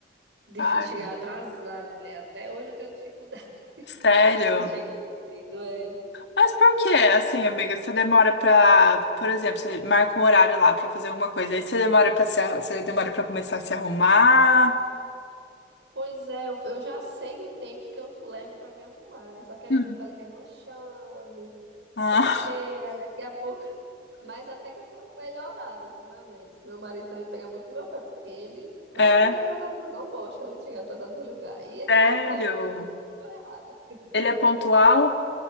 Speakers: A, on the right; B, on the left.
A: de
B: Ai,
A: fi- chegar atrasada, mulher. Até hoje eu tenho dificuldade <laughs>
B: sério?
A: de chegar cedo, é.
B: Mas por que, assim, amiga, você demora pra, por exemplo, você marca um horário lá pra fazer alguma coisa, aí você demora pra se, arru- você demora pra começar a se arrumar?
A: Pois é, eu, eu já sei o tempo que eu levo pra me arrumar, né? Só que aí
B: Hum.
A: eu fico ali remanchando, não
B: Ah,
A: sei o quê. Aí daqui a pouco Mas até que eu tenho melhorado ultimamente. Meu marido também pega muito no meu pé, porque ele não
B: é,
A: chega atrasado, no- não gosta, né, de chegar atrasado no lugar. E ele
B: sério?
A: tá certo, né, mulher? Tô errada.
B: Ele é pontual?